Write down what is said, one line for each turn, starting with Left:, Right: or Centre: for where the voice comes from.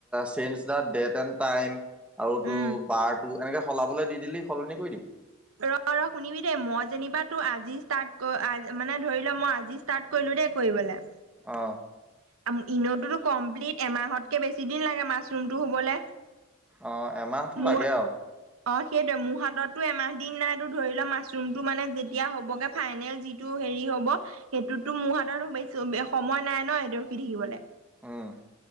Centre: চেনচ আ ডেত এন টাইম আৰু তোৰ
Right: উম
Centre: বাৰটো এনেকে সলাবলৈ দি দিলি সলনি কৰি দিম
Right: ৰ ৰ শুনিবি দেই মই যেনিবা ত আজি ষ্টাৰ্ট মানে ধৰি লোৱা মই আজি ষ্টাত কৰিলো দেই কৰিবলে
Centre: অ
Right: আ ইনেতো কমপ্লিট এমাহতকে বেছি দিন লাগে মাছৰুমটো হবলে
Centre: অ এমাহতো
Right: মোৰ
Centre: লাগে আৱ
Right: অ সেইটোয়ে মোৰ হাতততো এমাহ দিন নাইটো ধৰি লোৱা মাছৰুমটো মানে যেতিয়া হ'বগে ফাইনেল যিটো হেৰি হ'ব সেইটোতো মোৰ হাতত সম সময় নাই ৰখি থাকিবলে
Centre: অ